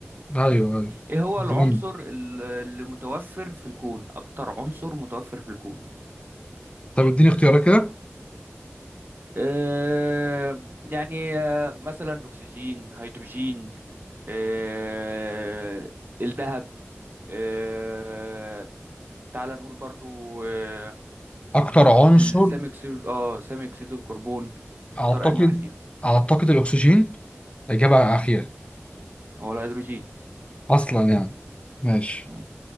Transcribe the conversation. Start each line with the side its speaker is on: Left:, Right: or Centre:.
Left: <laughs> أيوه أيوه
Right: إيه هو
Left: جامد.
Right: العنصر ال- اللي متوفر في الكون؟ أكتر عنصر متوفر في الكون؟
Left: طب اديني اختيارات كده
Right: أه يعني آه، مثلا أكسجين هيدروجين أه الذهب أه تعال نقول برضو أه
Left: أكتر عنصر
Right: السامي أكسيد اه سامي أكسيد الكربون
Left: أعتقد
Right: تختار أنهي واحد فيهم؟
Left: أعتقد الأكسجين إجابة أخيرة
Right: هو الهيدروجين
Left: اصلا يعني ماشي
Right: مم.